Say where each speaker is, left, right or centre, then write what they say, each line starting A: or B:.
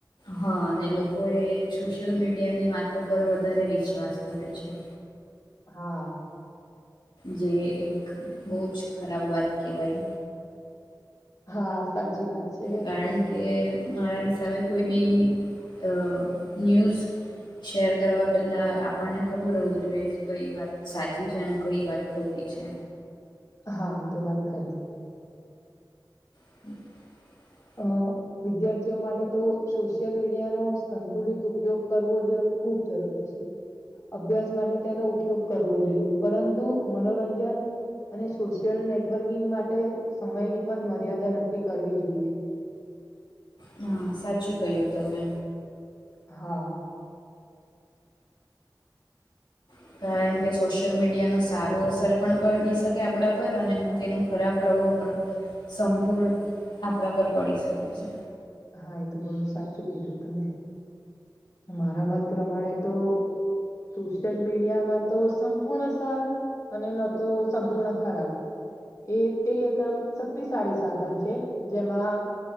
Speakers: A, on the left (about 80°); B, on the left (about 40°).
A: હા, ને લોકો એ સોશિયલ મીડિયાની વાતો પર વધારે વિશ્વાસ કરે છે.
B: હા.
A: જે એક બઉ જ ખરાબ વાત કેવાય.
B: હા, સાચી વાત. છે
A: કારણ કે મારા હિસાબે કોઈ બી અ ન્યૂઝ શેર કરવા પહેલા આપડને ખબર હોવુ જોઈએ કે કઈ વાત સાચી છે, ન કઈ વાત ખોકી છે.
B: હા, એ તો વાત ખરી.
A: <inaudible>
B: અ વિદ્યાર્થીઓ માટે તો સોશિયલ મીડિયાનો સંતુલિત ઉપયોગ કરવો જ ખૂબ જરૂરી છે. અભ્યાસ માટે તેનો ઉપયોગ કરવો જોઈએ પરંતુ મનોરંજન અને સોશિયલ નેટવર્કિંગ માટે સમયની પણ મર્યાદા નક્કી કરવી જોઈએ.
A: હા સાચું કય્યું તમે.
B: હા.
A: હ <inaudible> કારણ કે સોશિયલ મીડિયાનો સારું અસર પણ પડી શકે આપણા પર અને તેનું ખરાબ પ્રભાવ પર સંપૂર્ણ આપણા પર પડી શકે છે.
B: હા એ તો ઘણું સાચું કીધું તમે, મારા મત પ્રમાણે તો સોશિયલ મીડિયા ના તો સંપૂર્ણ સારું, અને તો સંપૂર્ણ ખરાબ. એ તે એક આમ શક્તિશાળી સાધન છે જેમાં